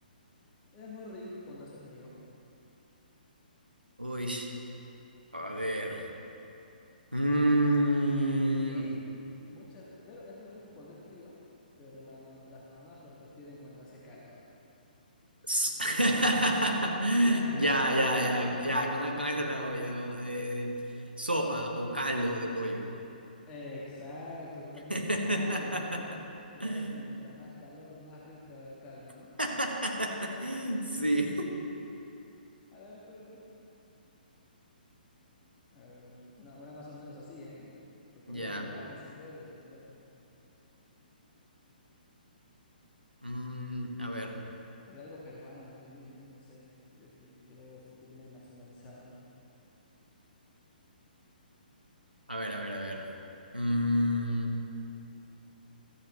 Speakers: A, on the left; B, on the right.
A: es muy rico cuando hace frío.
B: Uy, a ver. Mm.
A: Y muchas, pero es muy rico cuando es frío, pero la ma- las mamás lo prefieren cuando hace calor.
B: S- <laughs>
A: Ya
B: Ya,
A: no
B: ya,
A: puedo
B: ya,
A: más,
B: ya,
A: ya, ya
B: con,
A: no
B: con
A: puedo
B: esa la
A: más.
B: voy a... eh, sopa o caldo de pollo.
A: Exacto, totalmente
B: <laughs>
A: el caldo, pues tú sabes que mientras más calor, más rico el caldo, ¿no?
B: <laughs> Sí.
A: A ver, tú una. A ver, a ver, una, una más o menos así, ¿eh? De comida
B: Ya.
A: peruana, si puedes, a ver.
B: Mm, a ver,
A: O de algo peruano, tú dime, ¿eh? No sé, quiero, qui- quiero sentirme nacionalizado.
B: a ver, a ver, a ver. Mm,